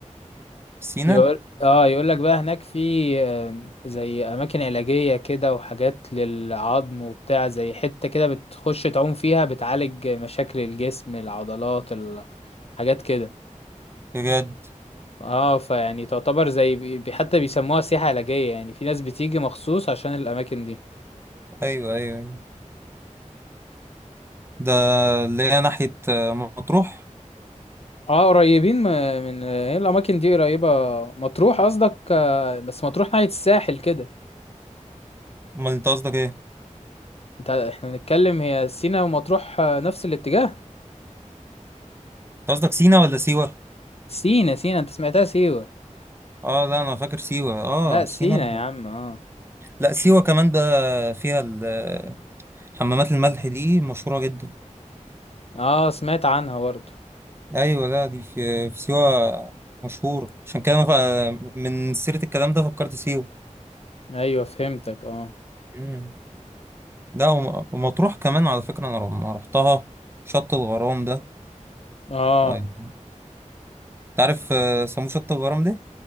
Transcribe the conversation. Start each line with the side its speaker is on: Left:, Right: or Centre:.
Right: سينا
Left: يقول اه يقول لك بقى هناك في آه، زي اماكن علاجية كده وحاجات للعظم وبتاع زي حتة كده بتخش تعوم فيها بتعالج مشاكل الجسم العضلات ال- حاجات كده
Right: بجد
Left: اه فيعني تعتبر زي بي- بي- حتى بيسموها سياحة علاجية يعني في ناس بتيجي مخصوص عشان الاماكن دي
Right: ايوه ايوه أيوة. ده اللي هي ناحية آه، مطروح
Left: اه قريبين م- من هي الاماكن دي قريبه مطروح قصدك آه، بس مطروح ناحيه الساحل كده
Right: امال انت قصدك ايه انت
Left: انت احنا بنتكلم هي سينا ومطروح آه، نفس الاتجاه
Right: قصدك سينا ولا سيوة
Left: سينا سينا انت سمعتها سيوه
Right: اه لا انا فاكر سيوة اه
Left: لا سينا
Right: سينا
Left: يا عم اه
Right: لا سيوة كمان بقى فيها ال- حمامات الملح دي مشهورة جدا
Left: اه سمعت عنها برضه
Right: ايوه لا دي في في سيوة مشهورة عشان كده أنا ف- من سيرة الكلام ده فكرت سيوة
Left: ايوه فهمتك اه
Right: مم. لا وم- ومطروح كمان على فكرة انا لما رحتها شط الغرام ده
Left: اه
Right: طيب. انت عارف آه، سموه شط الغرام ليه